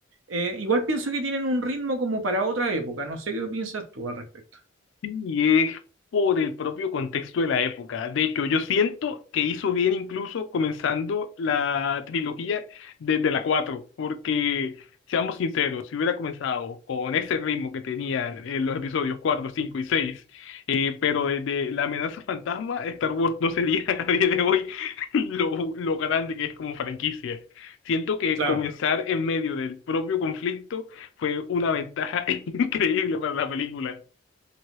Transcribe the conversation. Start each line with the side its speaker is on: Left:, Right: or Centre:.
Right: eh, igual pienso que tienen un ritmo como para otra época. No sé qué piensas tú al respecto.
Left: Y es por el propio contexto de la época. De hecho, yo siento que hizo bien incluso comenzando la trilogía desde la 4, porque seamos sinceros, si hubiera comenzado con ese ritmo que tenían en los episodios 4, 5 y 6, eh, pero desde la amenaza fantasma, Star Wars no sería <laughs> a día de hoy lo, lo grande que es como franquicia. Siento que
Right: Claro.
Left: comenzar en medio del propio conflicto fue una ventaja <laughs> increíble para la película.